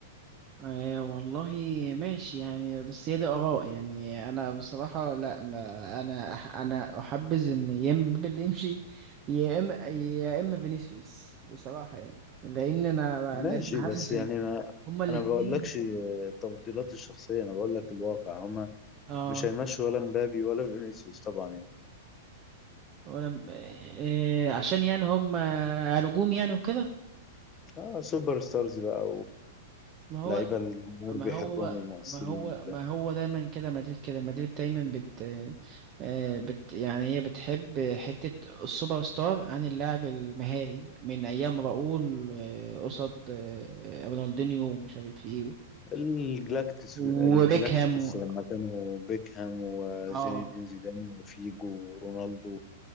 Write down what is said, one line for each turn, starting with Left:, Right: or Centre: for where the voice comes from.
Right: آه والله ماشي يعني بس هي دي آراء يعني أنا بصراحة لا ما أنا أح أنا أحبذ إن يا إما بيل يمشي يا إما يا إما فينيسيوس بصراحة يعني لأن أنا
Left: ماشي
Right: لأن
Left: بس
Right: حاسس
Left: يعني
Right: إن
Left: ما
Right: هما الاتنين
Left: انا ما بقولكش آه، تفضيلاتي الشخصيه انا بقول لك الواقع هما
Right: آه
Left: مش هيمشوا ولا مبابي ولا فينيسيوس طبعا يعني
Right: ولم- آه عشان يعني هما نجوم يعني وكده
Left: اه سوبر ستارز بقى
Right: ما هو
Left: ولعيبه الجمهور
Right: ما
Left: بيحبهم
Right: هو
Left: ومؤثرين
Right: ما هو ما هو دايما كده مدريد كده مدريد دايما بت, آه، بت يعني هي بتحب حتة السوبر ستار عن اللاعب المهاري من أيام راؤول آه، قصاد آه، رونالدينيو ومش عارف ايه
Left: الجلاكتيكوس
Right: وبيكهام
Left: الجلاكتيكوس
Right: و...
Left: لما كانوا بيكهام وزين
Right: اه
Left: الدين زيدان وفيجو ورونالدو